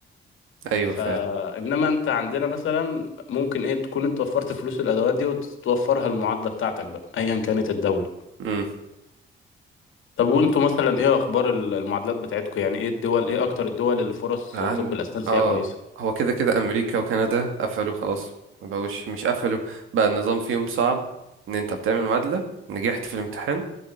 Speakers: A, on the right; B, on the left.
A: ايوه
B: فانما
A: فعلا
B: انت عندنا مثلا ممكن ايه تكون انت وفرت فلوس الادوات دي وتوفرها للمعادله بتاعتك بقى ايا كانت الدوله
A: امم
B: طب وانتوا مثلا ايه اخبار ال- المعادلات بتاعتكم يعني ايه الدول ايه اكتر الدول اللي فرص
A: عن
B: طب الاسنان فيها
A: اه
B: كويسه
A: هو كده كده امريكا وكندا قفلوا خلاص ما بقوش مش قفلوا بقى النظام فيهم صعب ان انت بتعمل معادلة نجحت في الامتحان